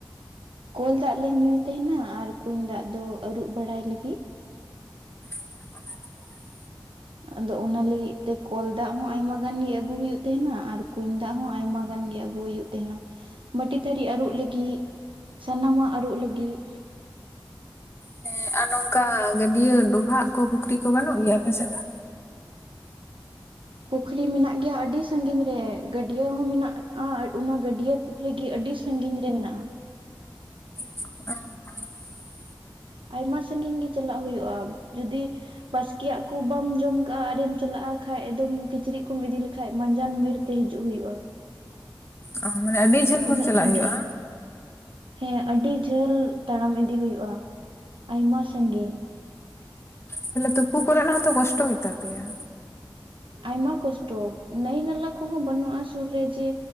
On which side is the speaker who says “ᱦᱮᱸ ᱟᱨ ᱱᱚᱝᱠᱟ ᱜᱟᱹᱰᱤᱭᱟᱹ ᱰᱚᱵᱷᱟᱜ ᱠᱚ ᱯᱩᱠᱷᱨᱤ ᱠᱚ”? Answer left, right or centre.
Left